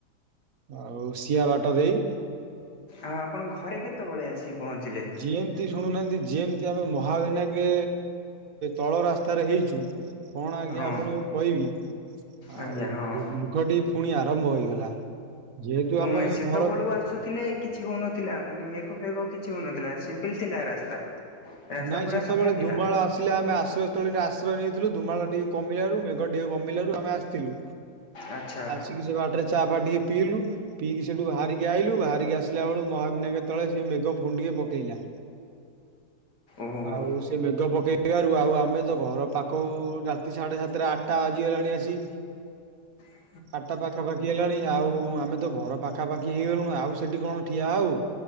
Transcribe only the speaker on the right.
ଆଉ ସିଆ ବାଟ ଦେଇ।
ଯିଏ ଶୁଣୁନାହାନ୍ତି ଯେନ କି ଆମେ ମହାବିନାକ ତଳ ରାସ୍ତାରେ ହେଇଛୁ କଣ ଆଜ୍ଞା
ଆପଣଙ୍କୁ କହିବି
ଆଉ
ମେଘଟି ପୁଣି ଆରମ୍ଭ ହେଇଗଲା। ଯେହେତୁ
ଆମେ
ଘର
ନାଇଁ
ସେତେବେଳେ
ଧୁମାଳ ଆସିଲେ ଆମେ ଆଶ୍ରୟ ସ୍ଥଳୀରେ ଆଶ୍ରୟ ନେଇଥିଲୁ ଧୁମାଳ ଟିକେ କମିଲାରୁ ଟିକେ କମିଲାରୁ ଆମେ ଆସିଥିଲୁ
ଆସିକି ସେ ବାଟରେ ଚା ଫା ଟିକେ ପିଇଲୁ। ପିଇି ସେଠୁ ବାହାରିକି ଆଇଲୁ ବାହାରିକି ଆସିଲା ବେଳ ମହାବିନାଙ୍କେ ତଳେ ସେ ମେଗ ଫୁଣି ଟିକେ ପକେଇଲା।
ଆଉ। ସେ ମେଘ ପକେଇବାରୁ ଆଉ ଆମେ ତ ଘର ପାଖକୁ ରାତି ସାଢ଼େ ସାତଟା ଆଠଟା ବାଜିଗଲାଣି ଆସି।
ଆଠଟା ପାଖା ପାଖ ରାତି ହେଲାଣି ଆଉ ଆମେ ତ ଘର ପାଖାପାଖି ହେଇଗଲୁଣି ଆଉ ସେଠି କଣ ଠିଆ ହେଉ?